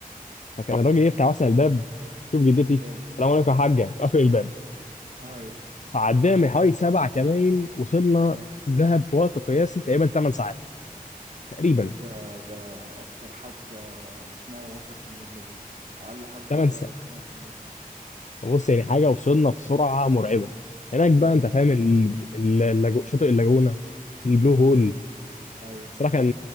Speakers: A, on the left; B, on the right.
A: فكان الراجل يفتح مثلا الباب شوف جدتي
B: ليه
A: السلام عليكم يا حاجه وقفل الباب
B: ايوه
A: عدينا من حوالي سبع كمان وصلنا
B: اه
A: دهب في وقت قياسي تقريبا 8 ساعات تقريبا
B: ايوه ده ده اكتر حد اسمعه وصل في المدة دي اقل حد
A: 8
B: وصل
A: ساعات
B: سمع في المدة دي
A: بص يعني حاجه وصلنا بسرعه مرعبه هناك بقى
B: ايوه
A: انت فاهم ال- ال- اللاجو- شاطئ اللاجونه البلو هول
B: ايوه ايوه
A: الصراحه كان